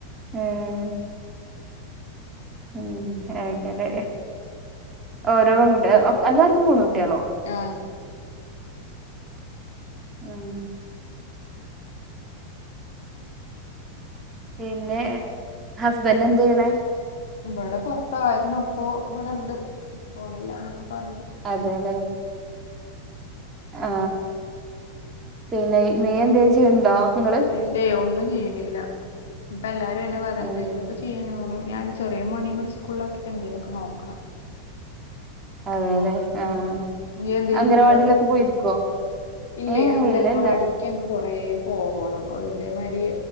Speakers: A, on the right; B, on the left.
A: ഉം ഉ അങ്ങനെ ഓരോ ണ്ട് ഒകെ എല്ലാവർക്കും മൂന്ന് കുട്ടിയാളോ?
B: ആഹ
A: ഉം പിന്നെ ഹസ്ബൻറ് എന്ത ചെയ്ണെ?
B: ഇവിടെ പൊറത്തായിരുന്നു അപ്പൊ ഇവിടെണ്ട് പോണില്ല എന്നൊക്കെ പറഞ്ഞ്.
A: അതെല്ലേ. ആ പിന്നെ നീ എന്തേ ചെയ്യണ്ടോ നിങ്ങ
B: ഇ ലെയ് ഒന്നും ചെയ്യണില്ല ഇപ്പ എല്ലാരും അതന്നെ പറ
A: ഉം
B: എന്തെങ്കിലുമൊക്കെ ചെയ്യാൻ തോന്ന ഞാൻ. ചെറിയ മോനയും കൂടി സ്കൂളിലാക്കിട്ട് എന്തേലുമൊക്കെ നോക്കണം.
A: അതെല്ലെ ആഹ്
B: ഉം ഇയ് എന്തേലും
A: അംഗനവാടിയിലൊക്കെ
B: ചെയ്യ്ണ്ടോ?
A: പോയിരിക്കുവോ
B: ഇല്യേ
A: ഏഹ്
B: അംഗൻവാടിക്ക്
A: ഇല്ലല്ല
B: അങ്ങക്ക് കൊറേ പോവണം ഇതേ മാതിരി